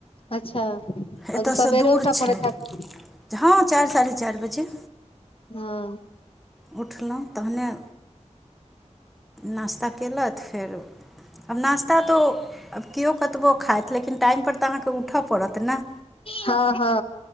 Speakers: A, on the left (about 50°); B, in the centre.
A: अच्छा ह
B: एतयसँ
A: तऽ सबेरे
B: दूर
A: उठ
B: छै
A: पड़ैत हायत
B: हँ चारि साढ़े चारि बजे
A: हँ
B: उठलहुँ तहने नाश्ता कयलथि फेर आब नाश्ता तऽ आब केओ कतबो खाइत लेकिन टाइमपर तऽ अहाँकेँ उठय पड़त ने
A: हँ हँ